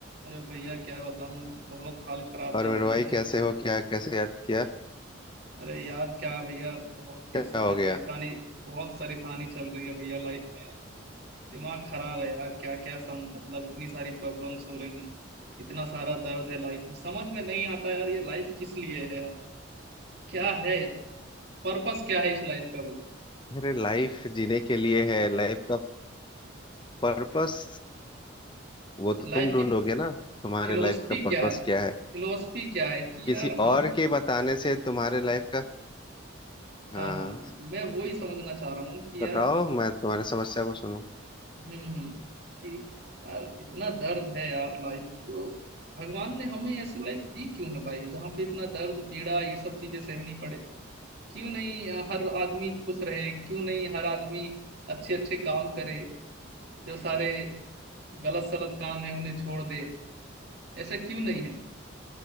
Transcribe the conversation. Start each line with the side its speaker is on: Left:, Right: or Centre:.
Right: अरे भैया क्या बताऊं बहुत हाल खराब
Left: और
Right: चल
Left: मेरे
Right: रहे
Left: भाई
Right: हैं मेरे
Left: कैसे हो क्या कैसे याद किया
Right: अरे यार क्या भैया बहुत इस
Left: क्या
Right: समय
Left: हो गया
Right: परेशानी बहुत परेशानी चल रही है भैया लाइफ में यार दिमाग खराब है यार क्या क्या सम मतलब इतनी सारी प्रॉब्लम्स हो रही हैं इतना सारा दर्द है लाइफ में समझ में नहीं आता यार ये लाइफ किस लिए है हमारी क्या है पर्पस क्या है इस लाइफ का भैया
Left: अरे लाइफ जीने के लिए है लाइफ का पर्पस वो तो
Right: ये लाइफ
Left: तुम ढूंढोगे
Right: की
Left: ना तुम्हारे
Right: फिलोसफी
Left: लाइफ का
Right: क्या
Left: पर्पस
Right: है
Left: क्या है
Right: फिलोसफी क्या है कि
Left: किसी
Right: यार
Left: और
Right: हम
Left: के बताने से तुम्हारे लाइफ का हाँ
Right: हाँ हाँ मैं वही समझना चाह रहा हूँ कि
Left: बताओ
Right: यार
Left: मैं तुम्हारी समस्या को सुनूं
Right: हम्म हम्म, कि यार इतना दर्द है यार लाइफ में तो भगवान ने हमें ऐसी लाइफ दी क्यों है भाई जहाँ पे इतना दर्द पीड़ा ये सब चीजें सहनी पड़े क्यों नहीं अ, हर आदमी खुश रहे क्यों नहीं हर आदमी अच्छे अच्छे काम करे जो सारे गलत सलत काम है उन्हें छोड़ दे ऐसा क्यों नहीं है